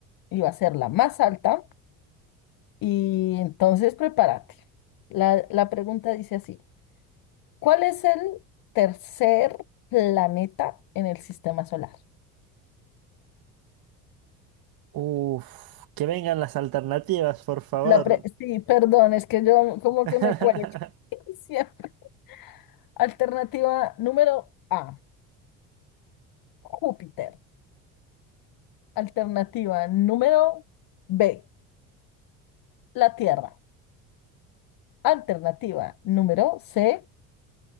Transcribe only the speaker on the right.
Uf, que vengan las alternativas, por favor.
<laughs>